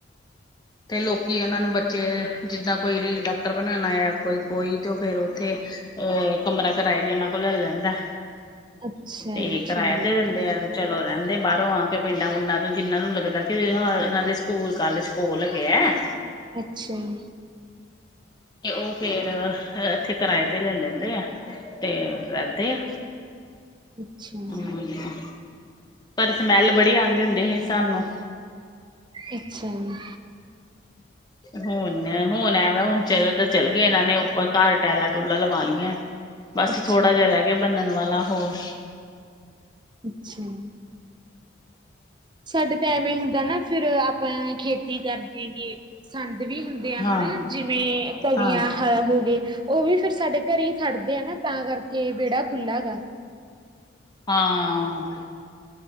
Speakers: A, on the left; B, on the right.
A: ਤੇ ਲੋਕੀ ਉਹਨਾਂ ਨੂੰ ਬੱਚੇ ਜਿੱਦਾਂ ਕੋਈ ਵੀ ਡਾਕਟਰ ਬਣਾਣਾ ਏ ਆ। ਕੋਈ, ਕੋਈ ਤੇ ਫੇਰ ਉੱਥੇ ਅ ਕਮਰਾ ਕਰਾਏ ਦੇ ਨਾ। ਉਹ ਲੈ ਲੈਂਦਾ
B: ਅੱਛਾ
A: ਤੇ
B: ਜੀ
A: ਕਿਰਾਇਆ
B: ਠੀਕ
A: ਦੇ ਦਿੰਦੇ
B: ਐ।
A: ਆ ਵੇ ਚਲੋ ਰਹਿੰਦੇ ਬਾਹਰੋਂ ਆ ਕੇ ਪਿੰਡਾਂ ਪੁੰਡਾਂ ਤੋਂ ਜਿਹਨਾਂ ਨੂੰ ਲੱਗਦਾ ਕਿ ਹਾਂ ਇਹਨਾਂ ਦੇ ਸਕੂਲ, ਕਾਲਜ ਕੋਲ ਹੈਗੇ ਐ
B: ਅੱਛਿਆ ਜੀ
A: ਤੇ ਉਹ ਫੇਰ ਐਥੇ ਕਿਰਾਏ ਤੇ ਲੈ ਲੈਂਦੇ ਆ ਤੇ ਰਹਿੰਦੇ ਆ।
B: ਅੱਛਿਆ
A: ਹੂੰ, ਪਰ ਸਮੈਲ ਬੜੀ ਆਂਦੀ ਹੁੰਦੇ ਸੀ ਸਾਨੂੰ।
B: ਅੱਛਿਆ ਜੀ
A: ਹੁਣ ਹੁਣ ਐ ਵੇ ਹੁਣ ਚਲੋ ਉਧਰ ਚੱਲ ਗਏ ਇਹਨਾਂ ਨੇ ਹੁਣ ਉੱਪਰ ਘਰ ਟੈਲਾਂ ਟੂਲਾਂ ਲਵਾ ਲਈਆ। ਬਸ
B: ਅੱਛਾ
A: ਥੋੜਾ ਜਿਹਾ ਰਹਿ ਗਿਆ ਬਨਣ ਵਾਲਾ ਹੋਰ
B: ਅੱਛਿਆ ਜੀ ਸਾਡੇ ਤਾਂ ਐਵੇਂ ਹੁੰਦਾ ਨਾ ਫੇਰ ਆਪਾਂ ਖੇਤੀ ਕਰ ਦੇ ਗੇ ਸੰਦ ਵੀ ਹੁੰਦੇ ਆ
A: ਹਾਂ
B: ਹਨਾ ਜਿਵੇਂ ਤਵੀਆਂ,
A: ਹਾਂ।
B: ਹਲ ਹੋ ਗਏ। ਉਹ ਵੀ ਫੇਰ ਸਾਡੇ ਘਰੇ ਹੀ ਖੜਦੇ ਆ ਨਾ‌ ਤਾਂ ਕਰਕੇ ਵੇਹੜਾ ਖੁੱਲ੍ਹਾਗਾ।
A: ਹਾਂ।